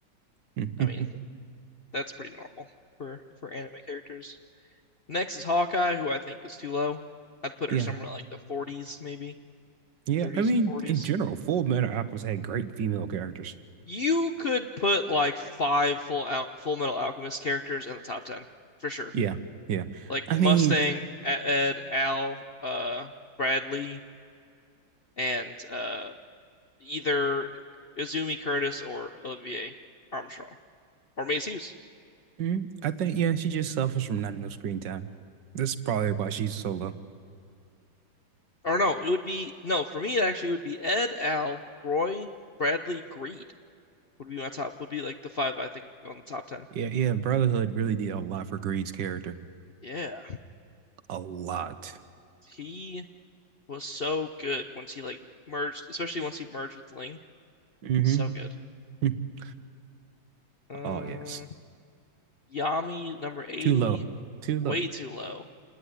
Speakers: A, on the right; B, on the left.
A: <laughs>
B: I mean, that's pretty normal for for anime characters. Next is Hawkeye, who I think is too low. I'd put
A: Yeah.
B: her somewhere like the 40s, maybe
A: Yeah.
B: 30s
A: I mean,
B: and 40s.
A: in general, Full Metal Alchemist had great female characters.
B: You could put like five full out Full Metal Alchemist characters in the top ten for sure.
A: Yeah. Yeah.
B: Like
A: I
B: Mustang,
A: mean,
B: E- Ed, Al, uh, Bradley, and uh, either Izumi Curtis or Olivier Armstrong or Maze Hughes.
A: mm, I think, yeah, she just suffers from not enough screen time. That's probably why she's so low.
B: Or no, it would be no for me. It actually would be Ed, Al, Roy, Bradley, Greed would be my top. Would be like the five I think on the top ten.
A: Yeah. Yeah. Brotherhood really did a lot for Greed's character.
B: Yeah,
A: A lot.
B: he was so good once he like merged, especially once he merged with Ling.
A: hmm
B: So good.
A: <laughs>
B: Uh,
A: Oh, yes.
B: Yami number 80,
A: Too low. Too low.
B: way too low.